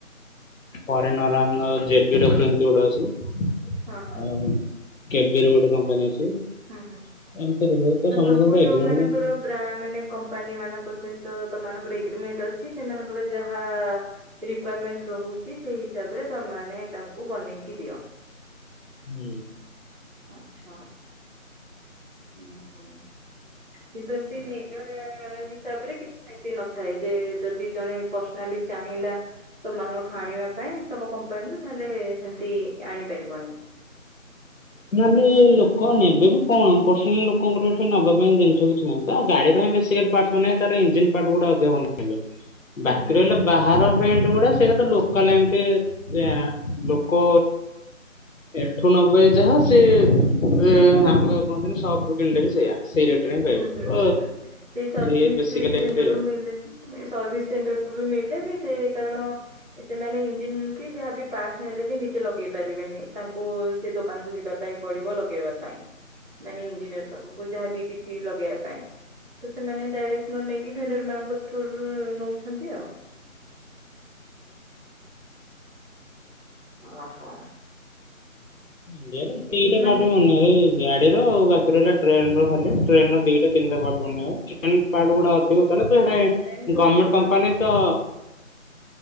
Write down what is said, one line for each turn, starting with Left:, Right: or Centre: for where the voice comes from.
Left: ଫରେନରମ ଜେ ବି ଦବୁଲୁ ଏମତି ଗୋଟେ ଅଛି
Right: ହଁ ହଁ
Left: ଆଉ କେବି ର ଗୋଟେ କମ୍ପାନୀ ଅଛି।
Right: ହୁଁ ହୁଁ
Left: ଏମିତି ରୁହେ
Right: ତ
Left: ସମସ୍ତଙ୍କ
Right: ସବୁ ଯୋଉ
Left: ଏଗ୍ରିମେଣ୍ଟ
Right: ମାନଙ୍କର ଵା ମାନେ କମ୍ପାନୀ ମାନଙ୍କ ସହିତ ତମାନଙ୍କର ଏଗ୍ରିମେଣ୍ଟ ଅଛି ସେମାନଙ୍କର ଯାହା ରିକୁମେଣ୍ଟ ରହୁଛି ସେଇ ହିସାବରେ ତମେମାନେ ତାଙ୍କୁ ବନେଇକି ଦିଅ।
Left: ହୁଁ।
Right: ଆଚ୍ଛା ଉଁ ହୁଁ। କିନ୍ତୁ ଏମିତି ନିଜ ହିସାବରେ କିଛି ସେମିତି ନଥାଏ ଯେ ଯଦି ଜଣେ ପର୍ସନାଲି ଚାହିଁଲା। ତମମାନଙ୍କଠୁ ଆଣିବା ପାଇଁ ତମ କମ୍ପାନୀରୁୁ ତାହଲେ ସେମିତି ଆଣିପାରିବନି।
Left: ମାନେ ଲୋକ ନେବେନି କଣ ପର୍ସନାଲି ଲୋକଙ୍କର ଏଠି ନବା ପାଇଁ ଜିନିଷ କିଛି ନାହିଁ। ତ ଗାଡିର ହଁ ବିକା ପାର୍ ତାର ଇଞନି ପାର୍ଟ ଗୋଡ଼ା <unintelligible>
Right: <inaudible>
Left: ବାକି ରହିଲା
Right: ହୁଁ ହୁଁ।
Left: ବାହାର ପେଣ୍ଟ ଗୁଡା ସେଇଟା କଲେ ଏମତି ଏ ଲୋକ ଏଠୁ ନେବେ ଯାହା ସେ ଉ ଆମର କୁହନ୍ତିନ ସପ ରୁ କିଣିଲେ କି ସେଇଆ। ସେଇରେଟ୍ ରେ ହିଁ। ପାଇବେ
Right: ହୁଁ ହୁଁ
Left: ତ
Right: ହୁଁ ହୁଁ ସେଇ ସର୍ଭିସି
Left: ସେ ବେସିକାଲି
Right: ସେଣ୍ଟର ରୁ ସେଇ ସର୍ଭିସ ସେଣ୍ଟର ରୁ ବି ମିଳିଲେ ବି ସେ କାରଣ। ସେମାନେ ଇଞ୍ଜିିନ କି ଯାହାବି ପାଟ୍ସ ନେଲେ ବି ନିଜେ ଲଗେଇ ପାରିବେନି ତାଙ୍କୁ ସେଇ ଦୋକାନକୁ ଯିବା ପାଇଁ। ପଡିବ ଲଗେଇବା ପାଇଁ ମାନେ ଇଞ୍ଜିନିୟର ପାଖକୁ ଯାହାବି କିଛି ଲଗେଇବା ପାଇଁ। ତ ସେମାନେ ଡାଇରେକ୍ଟ ନ ନେଇକି ଭେଣ୍ଡର ମାନଙ୍କ ଥ୍ରୁରୁ ନଉଛନ୍ତି ଆଉ। ଓହୋ।
Left: ଇଣ୍ଡିଆ ରେ
Right: ଏଠିକୁ
Left: ଦିଟା ପାଟ୍
Right: ମାନେ
Left: ହୁଏନା। ଏଇ ଗାଡି ର ଆଉ ବାକି ରହିଲା ଟ୍ରେନ ର ଖାଲି ଟ୍ରେନ ର ଦିଟା ତିନିଟା ପାର୍ଟ ବନା ହୁଏ ଟ୍ରେନ ପାର୍ଟ ଗୁଡା ଅଧିକ। କଲେ ସେ ଗୋଟାଏ
Right: ଟ୍ରେନ ର
Left: ଗର୍ମେଣ୍ଟ
Right: କଣ କଣ?
Left: କମ୍ପାନୀ ତ।